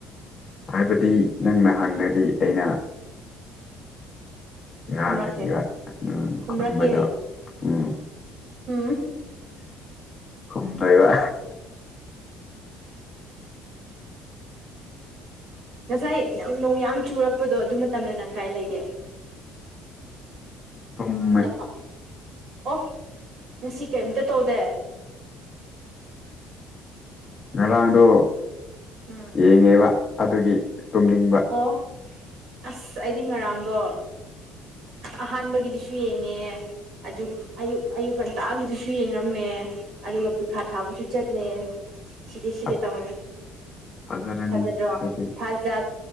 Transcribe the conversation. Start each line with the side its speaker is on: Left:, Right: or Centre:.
Left: ꯍꯥꯏꯕꯗꯤ ꯅꯪꯅ ꯍꯪꯉꯗꯤ ꯑꯩꯅ ꯉꯥꯡꯉꯅꯤꯕ
Right: ꯈꯨꯝꯔꯀꯦ
Left: ꯎꯝ
Right: ꯈꯨꯝꯔꯀꯦ
Left: ꯈꯨꯝꯕꯗꯣ
Right: ꯍꯥꯏꯒ
Left: ꯎꯝ
Right: ꯎꯝ
Left: ꯍꯨꯝꯗꯣꯏꯕ
Right: ꯉꯁꯥꯏ ꯅꯪ ꯅꯣꯡ ꯌꯥꯝ ꯆꯨꯔꯛꯄꯗꯣ ꯑꯗꯨ ꯃꯇꯝꯗ ꯅꯪ ꯀꯥꯏ ꯂꯩꯒꯦ
Left: ꯇꯨꯝꯃꯦ
Right: ꯅꯐꯝ ꯑꯣ ꯉꯁꯤ ꯀꯩꯝꯇ ꯇꯧꯗꯦ
Left: ꯉꯔꯥꯡꯗꯣ
Right: ꯎꯝ
Left: ꯌꯦꯡꯉꯦꯕ ꯑꯗꯨꯒꯤ ꯇꯨꯝꯅꯤꯡꯕ
Right: ꯑꯣ ꯑꯁ ꯑꯩꯗꯤ ꯉꯔꯥꯡꯗꯣ ꯑꯍꯥꯟꯕꯒꯤꯗꯨꯁꯨ ꯌꯦꯡꯉꯦ ꯑꯛ ꯑꯌꯨꯛ ꯑꯌꯨꯛ ꯉꯟꯇꯥꯒꯤꯗꯨꯁꯨ ꯌꯦꯡꯉꯝꯃꯦ ꯑꯗꯨꯒ ꯄꯤꯈꯥ ꯊꯥꯕꯁꯨ ꯆꯠꯂꯦ ꯁꯤꯒꯦ ꯁꯤꯒꯦ
Left: ꯑꯁ
Right: ꯇꯥꯃ
Left: ꯐꯖꯔꯅꯤ
Right: ꯐꯥꯖꯗ꯭ꯔꯣ
Left: ꯑꯗꯨꯗꯤ
Right: ꯐꯖ